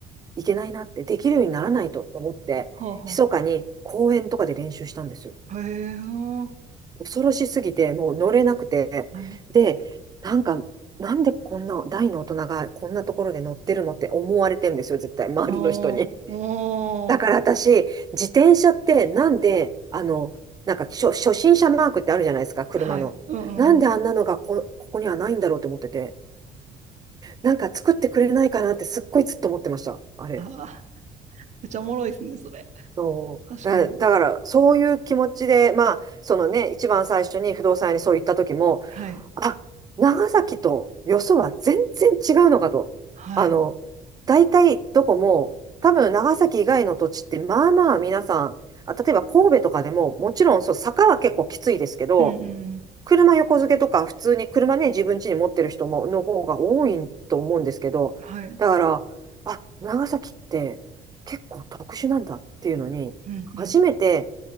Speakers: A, on the right; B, on the right.
A: いけないなって、できるようにならないと思って、
B: ほうほう。
A: 密かに公園とかで練習したんですよ。
B: へえー。
A: 恐ろしすぎて、もう乗れなくて。
B: はい。
A: で、なんか、なんでこんな大の大人がこんなところで乗ってるのって思われてんですよ、絶対、周りの人に。
B: おー。おー。
A: だから私、自転車ってなんで、あの、なんか初、初心者マークってあるじゃないですか、車の。
B: はい。うんうんうん。
A: なんであんなのがこ、ここにはないんだろうと思ってて、なんか作ってくれないかなってすっごいずっと思ってました、あれ。
B: あー、めっちゃおもろいですね、それ。
A: そう。
B: 確かに。
A: だ、だから、そういう気持ちで、まあ、そのね、一番最初に不動産屋にそう言った時も、
B: はい。
A: あ、長崎とよそは全然違うのかと。
B: はい。
A: あの、大体どこも、多分長崎以外の土地ってまあまあ皆さん、あ、例えば神戸とかでも、もちろんそう、坂は結構きついですけど、
B: うんうんうん。
A: 車横付けとか普通に車ね、自分家に持ってる人も、の方が多いと思うんですけど、
B: はい。
A: だから、あ、長崎って結構特殊なんだっていうのに、
B: うんうん。
A: 初めて